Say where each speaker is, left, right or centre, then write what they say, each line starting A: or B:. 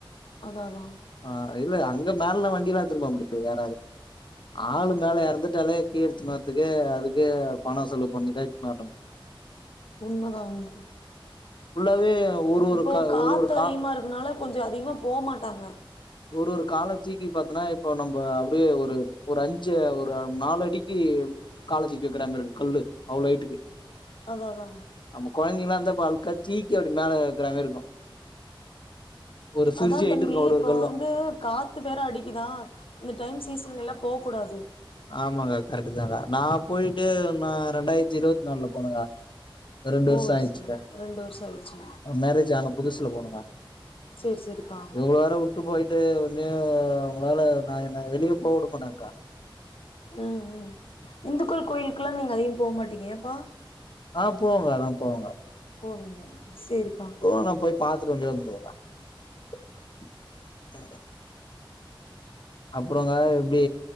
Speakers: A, on the left; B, on the left.
A: அதா அதா
B: ஆ இல்ல அங்க மேல்லா வண்டிலா எடுத்துன் போ முடியாது ஏறாது ஆளு மேல எறந்துட்டாலே கீழத்துனு வர்துக்கே அதுக்கே பணொ செலவு பண்ணிதா எட் <unintelligible>
A: உண்மதா உண்மதா
B: ஃபுல்லாவே ஒரு ஒரு
A: இப்போ
B: கா
A: காத்து
B: ஒரு ஒரு கா
A: அதிகமா இருக்கனால கொஞ்சொ அதிகமா போமாட்டாங்க
B: ஒரு ஒரு காலத்தூக்கி பாத்தோனா இப்போ நம்ப அப்டியே ஒரு ஒரு அஞ்சு ஒரு நாலு அடிக்கி காலத் தூக்கி வெக்கிற மாரி இருக் கல்லு அவ்ளோ ஹைட்டு
A: அதா அதா
B: நம்ம கொழந்தைங்ளா இருந்தா பல்கா தீக்கி அப்டி மேல வெக்கிற மாரி இருக்கு ஒரு ஃபிரிட்ஜ்
A: அதா
B: ஹைட்டு
A: தம்பி
B: இருக்கு ஒரு
A: இப்போ
B: ஒரு கல்லு
A: வந்து காத்து வேற அடிக்கிதா இந்த டைம் சீசன்லேலா போ கூடாது
B: ஆமா கா கரெக்ட்டுதா கா நா போயிட்டு நா ரெண்டாயிரத்தி இருவத் நாலுல போன கா ரெண்டு வர்ஷோ
A: ஓ
B: ஆயிட்ச்சிகா
A: சரி ரெண்டு வருஷோ ஆயிடுச்சு
B: மேரேஜ் ஆன புதுசுல போன கா
A: சேரி சேரிப்பா
B: இவள வேற உட்டு போயிட்டு இனிமே உங்களால நா என்ன வெளியவே போ உடமாட்டாங் கா
A: ம் ம் இந்துக்கள் கோயிலுக்குலா நீங்க அதிகம் போ மாட்டீங்க ஏப்பா
B: ஆ போவோ கா நா போவோ கா
A: போவீங்க சேரிப்பா
B: போவ கா போய் பாத்துட்டு வெளிய வந்துருவோ கா <inaudible> அப்பறொங்கா எப்டி